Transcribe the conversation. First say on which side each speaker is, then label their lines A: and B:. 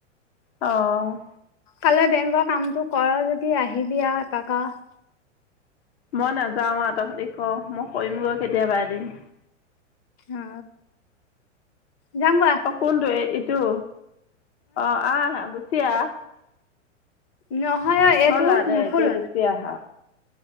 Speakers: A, on the left (about 55°); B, on the left (about 40°).
A: অ
B: কাইলে বেংকৰ কামটো কৰ যদি আহিবি আৰু এপাক আও।
A: মই নাযাওঁ আৰু তহঁতি কৰ মই কৰিমগৈ কেতিয়াবা এদিন।
B: অ যাম বা।
A: অ কোনটো এ ইটো অ আহ আহ গুচি আহ।
B: নহয় অ এইটো
A: হ'ল আহ দে
B: নুখুল।
A: এতিয়া আহা।